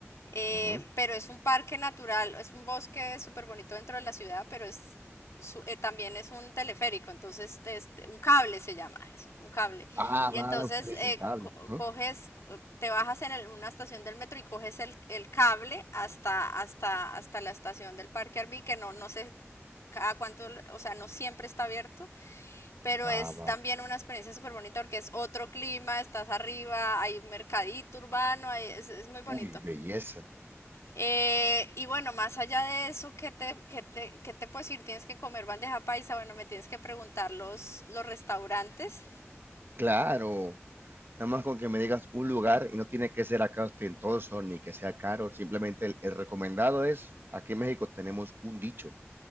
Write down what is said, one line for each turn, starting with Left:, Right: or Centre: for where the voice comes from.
Left: Eh,
Right: Ujú.
Left: pero es un parque natural, es un bosque súper bonito dentro de la ciudad, pero es su- eh, también es un teleférico, entonces te- este, un cable se llama eso, un cable.
Right: Ah,
Left: Y
Right: va,
Left: entonces
Right: a usted le
Left: eh,
Right: dicen cable.
Left: co-
Right: Ujú.
Left: coges, co- te bajas en el- una estación del metro y coges el, el cable hasta, hasta, hasta la estación del Parque Arví, que no, no sé cada cuánto, o sea, no siempre está abierto, pero
Right: Va,
Left: es también
Right: va.
Left: una experiencia súper bonita porque es otro clima, estás arriba, hay mercadito urbano, hay- es, es muy bonito.
Right: Uy, belleza.
Left: Eh, y bueno, más allá de eso, ¿qué te, qué te, qué te puedo decir? ¿Tienes que comer bandeja paisa? Bueno, me tienes que preguntar los, los restaurantes.
Right: Claro. Nada más con que me digas un lugar y no tiene que ser acá ostentoso ni que sea caro, simplemente el, el recomendado es, aquí en México tenemos un dicho,